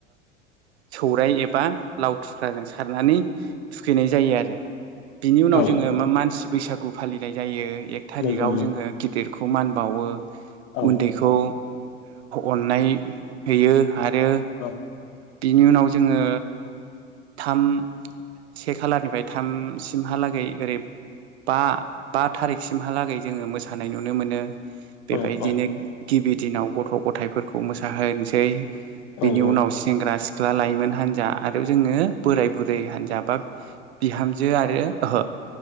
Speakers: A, on the right; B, on the left.
A: सौराय एबा लाव थुख्राजों सारनानै थुखैनाय जायो आरो। बिनि उनाव
B: औ
A: जोङो मा मानसि बैसागु फालिनाय जायो। एक थारिकाव
B: नंगौ नंगौ
A: जोङो गिदिरखौ मान बावो
B: औ
A: उन्दैखौ अननाय होयो आरो
B: औ
A: बिनि उनाव जोङो थाम से खालारनिफ्राय थामसिमहालागै ओरै बा बा थारिखसिमहालागै जोङो मोसानाय नुनो मोनो। बेबायदिनो
B: औ औ
A: गिबि दिनाव गथ' गथायाइफोरखौ मोसाहोनोसै बेनि
B: औ औ
A: उनाव सेंग्रा सिख्ला लाइमोन हान्जा आरो जोङो बोराय बुरै हानजा बा बिहामजो आरो ओहो